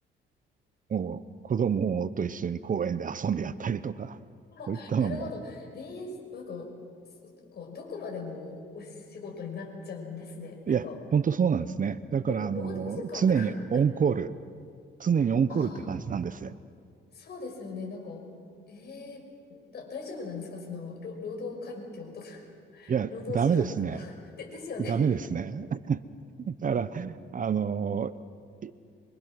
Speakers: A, on the right; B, on the left.
A: う、もう子供と一緒に公園で遊んでやったりとか、
B: あ、
A: そういったのも、
B: なるほど。ええなんか、そこう、どこまでもお仕事になっちゃうんですね。なんか、
A: いや、本当そうなんですね。だから、
B: ろ労働時間とか
A: あの、常にオンコール、
B: <laughs> だ
A: 常にオンコールって感じなんですよ。
B: ああ、そうですよね。なんか、ええだ、大丈夫なんですかその、ろ労働環境とか <laughs>
A: いや、
B: 労働時間とか
A: ダメですね。
B: <laughs> で、ですよね。
A: ダメですね。<laughs> だから、あの、い